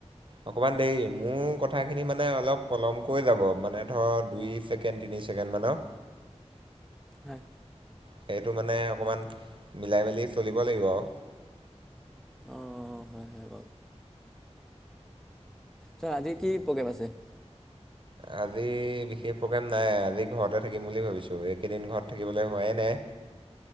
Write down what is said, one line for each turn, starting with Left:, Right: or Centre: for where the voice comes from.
Right: অকমান দেৰি মোৰ কথাখিনি মানে অলপ পলমকৈ যাব মানে ধৰ দুই ছেকেণ্ড তিনি তিনি ছেকেণ্ড মানৰ।
Centre: হয়।
Right: সেইটো মানে অকণমা, মিলাই মেলি চলিব লাগিব আৰু।
Centre: অ হয় হয় চ, আজি কি প্ৰগ্ৰেম আছে।
Right: আজি বিশেষ প্ৰগ্ৰেম নাই, আজি ঘৰতে থাকিম বুলি ভাবিছো এইকেইদিন ঘৰত থাকিবলৈ হোৱাই নাই।